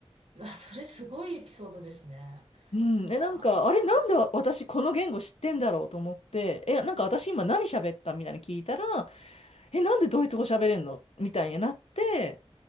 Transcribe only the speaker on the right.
うわ、それすごいエピソードですね。
うわ